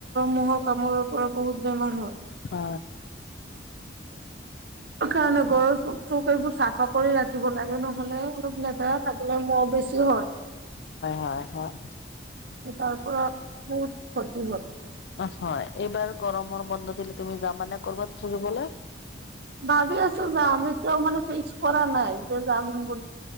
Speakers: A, on the right (about 60°); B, on the left (about 65°).
A: মহৰ কামোৰৰ পৰা বহুত বেমাৰ হয়
B: অ
A: ত কাৰণে গৰৰ চখ চোক এইবোৰ চাফা কৰি ৰাখিব লাগে ন। লেলপ লেতেৰা থাকিলে মহ বেছি হয়
B: হয় হয়
A: তাৰ পৰা বহুত ক্ষতি হল।
B: হয় এইবাৰ গৰমৰ বন্ধ দিলে তুমি যাম মানে কৰবাত ফুৰিবলৈ
A: ভাবি আছো যাম এতিয়াও মানে ফিক্স কৰা নাই এতিয়া যাম বুলি